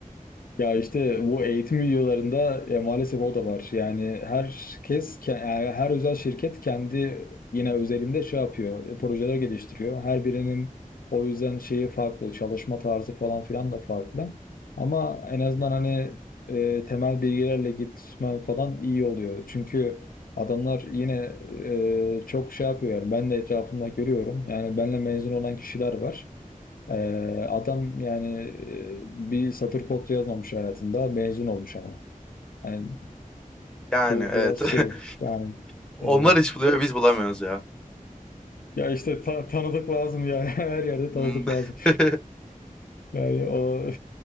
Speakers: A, on the left; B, in the centre.
A: Ya işte bu eğitim videolarında ya maalesef o da var. Yani herkes, ke- yani her özel şirket kendi yine özelinde şey yapıyor, e, projeler geliştiriyor. Her birinin o yüzden şeyi farklı, çalışma tarzı falan filan da farklı. Ama en azından hani e, temel bilgilerle gitmen falan iyi oluyor. Çünkü adamlar yine e, çok şey yapıyor yani ben de etrafımda görüyorum. Yani benle mezun olan kişiler var. Ee, adam yani e, bir satır kod yazmamış hayatında mezun olmuş ama. Yani
B: Yani
A: bu
B: evet.
A: biraz şey yani
B: <laughs> Onlar
A: e,
B: iş buluyor biz bulamıyoruz ya.
A: ya işte ta- tanıdık lazım ya <laughs> her yerde
B: Hmm.
A: tanıdık lazım.
B: <laughs>
A: Yani o